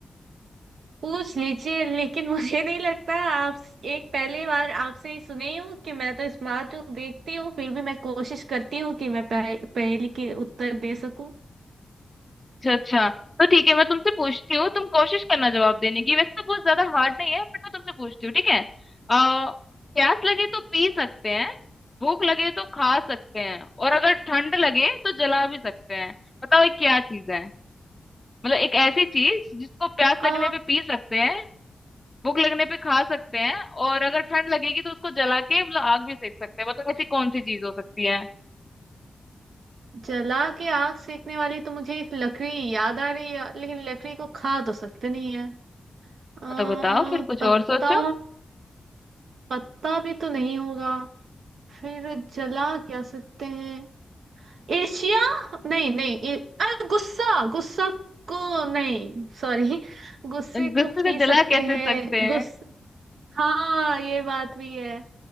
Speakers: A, on the right; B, on the left.
A: पूछ लीजिए लेकिन मुझे नहीं लगता आप एक पहली बार आपसे ही सुनी हूँ कि मैं तो स्मार्ट हूँ देखती हूँ फिर भी मैं कोशिश करती हूँ कि मैं पह, पहेली के उत्तर दे सकूं
B: अच्छा अच्छा तो ठीक है मैं तुमसे पूछती हूँ तुम कोशिश करना जवाब देने की वैसे तो बहुत ज्यादा हार्ड नहीं है बट मैं तुमसे पूछती हूँ ठीक है आ, प्यास लगे तो पी सकते हैं भूख लगे तो खा सकते हैं और अगर ठंड लगे तो जला भी सकते हैं बताओ ये क्या चीज है मतलब एक ऐसी चीज जिसको प्यास
A: आ
B: लगने पे पी सकते हैं भूख लगने पे खा सकते हैं और अगर ठंड लगेगी तो उसको जला के मतलब आग भी सेक सकते हैं बताओ ऐसी कौन सी चीज हो सकती है
A: जला के आग सेकने वाली तो मुझे एक लकड़ी याद आ रही है लेकिन लकड़ी को खा तो सकते नहीं है आ
B: तो बताओ फिर कुछ
A: पत्ता
B: और सोचो
A: पत्ता भी तो नहीं होगा फिर जला क्या सकते हैं एशिया नहीं नहीं ए, अरे गुस्सा गुस्सा को नहीं सॉरी गुस्से
B: गुस्से
A: को
B: से
A: पी सकते
B: जला कैसे
A: हैं
B: सकते हैं
A: गुस हाँ ये बात भी है